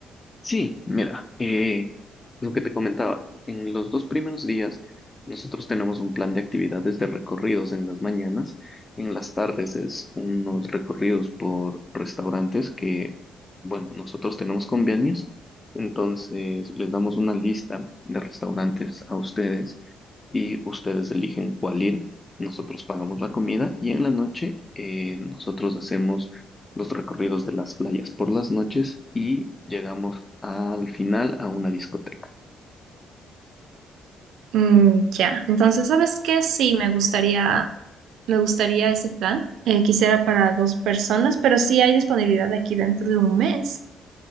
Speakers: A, on the left; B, on the right.
A: Sí, mira, eh, lo que te comentaba, en los dos primeros días nosotros tenemos un plan de actividades de recorridos en las mañanas, en las tardes es unos recorridos por restaurantes que, bueno, nosotros tenemos convenios, entonces les damos una lista de restaurantes a ustedes y ustedes eligen cuál ir, nosotros pagamos la comida y en la noche eh, nosotros hacemos los recorridos de las playas por las noches y llegamos al final a una discoteca.
B: Mm, ya, entonces, ¿sabes qué? Sí, me gustaría, me gustaría ese plan. Eh, quisiera para dos personas, pero sí hay disponibilidad aquí dentro de un mes.